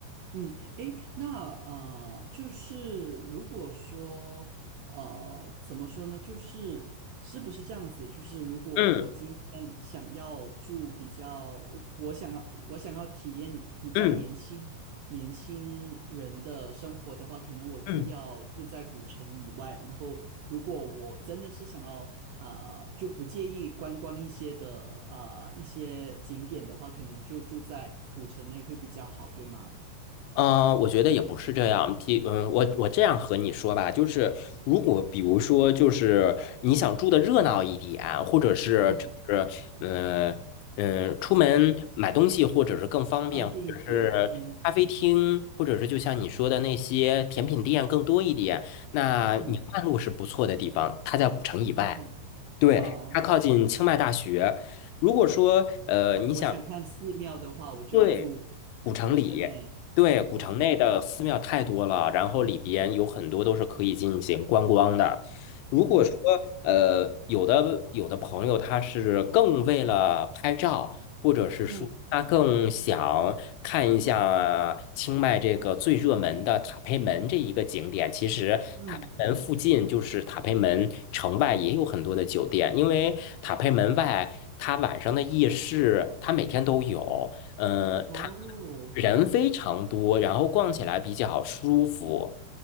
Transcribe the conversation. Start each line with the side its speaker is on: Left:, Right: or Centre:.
Right: 嗯，诶，那呃，就是如果说呃，怎么说呢？就是是不是这样子？就是如果我今天想要住比较，
Left: 嗯
Right: 我我想要我想要体验比较年轻年轻人的生活的话，
Left: 嗯
Right: 可能我就要住在古城以外。
Left: 嗯。
Right: 然后，如果我真的是想要啊、呃就不介意观光一些的啊、呃一些景点的话，可能就住在古城内会比较好，对吗？
Left: 呃，我觉得也不是这样。第，嗯，我我这样和你说吧，就是如果比如说，就是你想住的热闹一点，或者是就是呃，
Right: 嗯，
Left: 嗯，呃出门买东西，或者是更方便，
Right: 方便一些，
Left: 或者是咖啡厅，
Right: 嗯
Left: 或者是就像你说的那些甜品店更多一点，那宁曼路是不错的地方，
Right: 嗯
Left: 它在古城以外，
Right: ，OK，
Left: 对，
Right: 好，
Left: 它靠近清迈大学。如果说呃你想。
Right: 我想看寺庙的话，我就要住
Left: 对，古城里，
Right: 古城内
Left: 对，古城内的寺庙太多了，
Right: ，OK，
Left: 然后里边有很多都是可以进行观光的。如果说呃，
Right: 嗯
Left: 有的有的朋友他是更为了拍照，或者是说他更想看一下清迈这个最热门的塔佩门这一个景点，
Right: 嗯
Left: 其实塔佩门附近就是塔佩门城外也有很多的酒店，
Right: 嗯，
Left: 因为塔佩门外它晚上的夜市它每天都有。呃，它
Right: 哦，
Left: 人非常多，然后逛起来比较舒服。